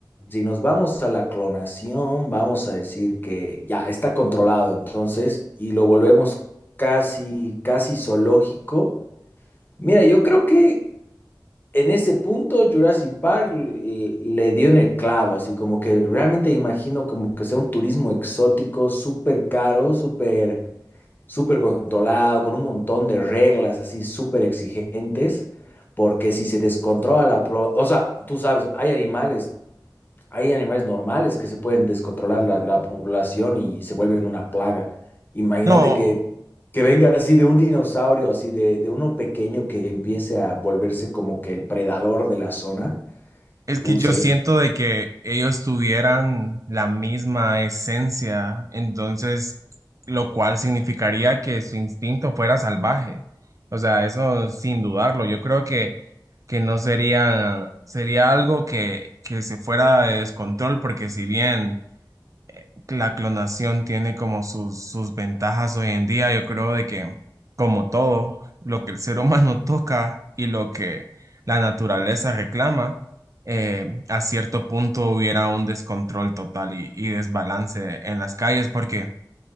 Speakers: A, on the left; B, on the right.
A: si nos vamos a la clonación, vamos a decir que ya está controlado entonces y lo volvemos casi, casi zoológico. Mira, yo creo que en ese punto Jurassic Park eh, le dio en el clavo, así como que realmente imagino como que sea un turismo exótico, súper caro, súper, súper controlado, con un montón de reglas así súper exigentes, porque si se descontrola la... pro- O sea, tú sabes, hay animales hay animales normales que se pueden descontrolar la, la población y se vuelven una plaga. Imagínate
B: No,
A: que, que venga así de un dinosaurio, así de, de uno pequeño que empiece a volverse como que el predador de la zona.
B: es que
A: Uh,
B: yo
A: sería-
B: siento de que ellos tuvieran la misma esencia, entonces, lo cual significaría que su instinto fuera salvaje. O sea, eso sin dudarlo. Yo creo que, que no sería, sería algo que, que se fuera de descontrol, porque si bien la clonación tiene como sus, sus ventajas hoy en día. Yo creo de que, como todo, lo que el ser humano <laughs> toca y lo que la naturaleza reclama, eh, a cierto punto hubiera un descontrol total y, y desbalance en las calles, porque